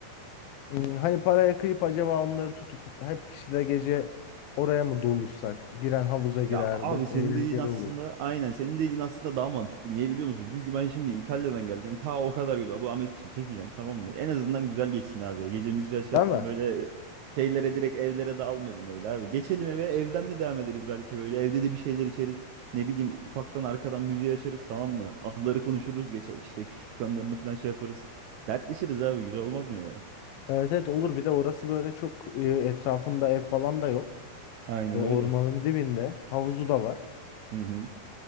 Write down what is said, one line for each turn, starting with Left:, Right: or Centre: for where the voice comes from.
Left: Hmm, Hani paraya kıyıp acaba onları tutup hep kişi de gece oraya mı doluşsak? Giren havuza girer.
Right: Ya abi
Left: Böyle
Right: senin
Left: eğlenceli
Right: dediğin aslında
Left: olur.
Right: aynen senin dediğin aslında daha mantıklı. Niye biliyor musun? Çünkü ben şimdi İtalya'dan geleceğim. Ta o kadar yola bu Ahmet için çekeceğim tamam mı? En azından güzel geçsin abi. Gecemiz güzel şey
Left: Değil
Right: yapsın
Left: mi?
Right: böyle şeylere direkt evlere dağılmayalım öyle abi. Geçelim eve evden de devam ederiz belki böyle. Evde de bir şeyler içeriz. Ne bileyim ufaktan arkadan müziği açarız tamam mı? Anıları konuşuruz. Geçer işte küçüklük anılarını falan şey yaparız. Dertleşiriz abi güzel olmaz mı ya?
Left: Evet evet olur. Bir de orası böyle çok e, etrafında ev falan da yok.
Right: Aynen
Left: Ve ormanın
Right: öyle.
Left: dibinde. Havuzu da var.
Right: Hı hı.